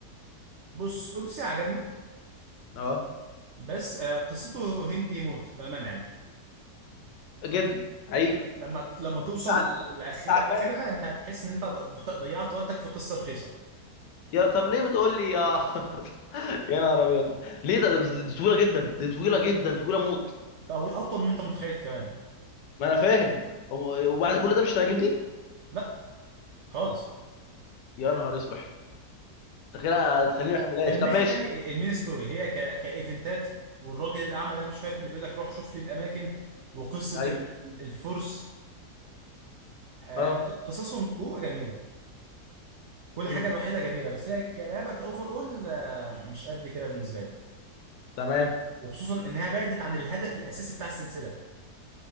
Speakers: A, on the right; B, on the left.
A: بص اوديسي عجبني
B: اه
A: بس آه، قصته هندي موت بامانه يعني
B: جدا حقيقي
A: لما لما توصل
B: بس عج-
A: لاخر
B: بس عجباني
A: اخرها
B: خلي
A: انت
B: بالك
A: هتحس ان انت ض- ضيعت وقتك في قصه رخيصه
B: يا طب ليه بتقول لي يا <laughs> يا نهار ابيض ليه ده ده- دي طويله جدا دي طويله جدا طويله موت
A: او اطول من انت متخيل كمان
B: ما انا فاهم وم- وبعد كل ده مش هتعجبني
A: لا خالص
B: يا نهار اسوح انت كده هتخليني ما اكملهاش
A: ده من
B: طب
A: ناحيه
B: ماشي
A: تاني المين ستوري هي ك... كايفنتات والراجل الاعمى ده مش فاكر اللي بيقول لك روح شوف لي الاماكن وقصه
B: ايوه
A: ال- الفرس آه،
B: اه
A: قصصهم جوه جميله كل
B: مم.
A: حاجه الوحيده جميله بس هي كلعبه كاوفر اول مش قد كده بالنسبه لي
B: تمام
A: وخصوصا انها بعدت عن الهدف الاساسي بتاع السلسله